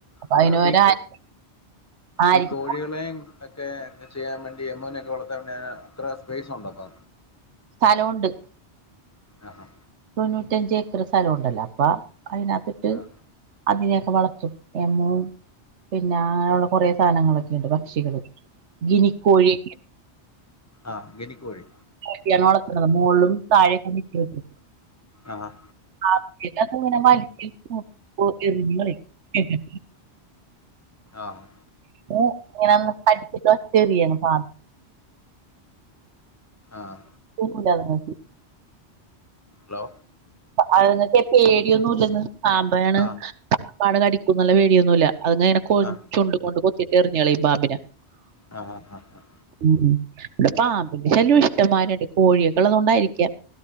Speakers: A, on the left; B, on the right.
A: ആഹ്
B: അയിന്
A: അപ്പൊ
B: പകരം
A: ഈ
B: ആ ആര്യക്ക്
A: ഈ കോഴികളേം മറ്റേ ചെയ്യാൻ വേണ്ടി എമൂനെക്കെ വളത്താൻ വേണ്ടി അന അത്ര സ്പേസ് ഉണ്ടന്നോ
B: സ്ഥലൊണ്ട്.
A: ആഹാ
B: തൊണ്ണൂറ്റഞ്ച് ഏക്കർ സ്ഥലോണ്ടല്ലോ അപ്പ അതിനകത്തിട്ട്
A: ആ
B: അതിനെയൊക്കെ വളർത്തും എമു പിന്നെ അങ്ങനെയുള്ള കുറെ സാധനങ്ങളൊക്കെയുണ്ട് പക്ഷികള് ഗിനിക്കോഴി
A: ആഹ് ഗിനിക്കോഴി.
B: <unintelligible> മോൾളും തായെ <unintelligible>
A: ആഹ്
B: <inaudible>
A: ആഹ്.
B: ഏഹ് ഇങ്ങനന്ന് പഠിച്ചിട്ട <unintelligible>
A: ആഹ്.
B: <unintelligible>
A: ഹലോ.
B: പ്പ അത്ങ്ങക് പേടിയൊന്നും ഇല്ലന്ന് സാമ്പാണ്
A: ആ
B: <unintelligible> കടിക്കുംന്നല്ല പേടിയൊന്നുംല്ല അത്ങ്ങ അങ്ങനെ കൊ
A: ആ
B: ചുണ്ട് കൊണ്ട് കൊത്തിട്ട് എറിഞ്ഞളെയും ബാമ്പിനെ.
A: ആഹ് ആഹ് ആഹ് ആഹ്.
B: ഉം ഇവിടെ പാമ്പിന്റെ ശല്യം ഇഷ്ടമാരുണ്ട് കോഴിയൊക്കെ ള്ളതോണ്ടായിരിക്ക